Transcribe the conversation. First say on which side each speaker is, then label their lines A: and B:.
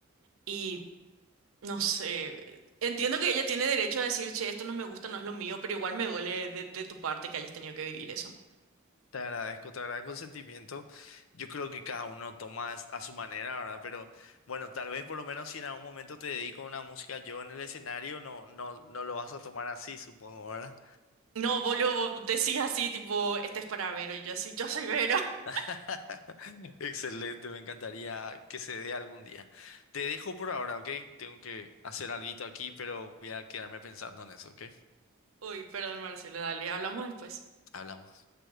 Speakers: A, on the right; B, on the left.
A: Y no sé, entiendo que ella tiene derecho a decir, che, esto no me gusta, no es lo mío, pero igual me duele de, de tu parte que hayas tenido que vivir eso.
B: Te agradezco, te agradezco el sentimiento. Yo creo que cada uno toma as- a su manera, ¿verdad? Pero bueno, tal vez por lo menos si en algún momento te dedico a una música yo en el escenario, no, no, no lo vas a tomar así, supongo, ¿verdad?
A: No, boludo, decís así, tipo, este es para Vero, y yo así, yo soy Vero. <laughs>
B: <laughs> Excelente, me encantaría que se dé algún día. Te dejo por ahora, ¿ok? Tengo que hacer alguito aquí, pero voy a quedarme pensando en eso, ¿ok?
A: Uy, perdón, Marcelo, dale, hablamos después.
B: Hablamos.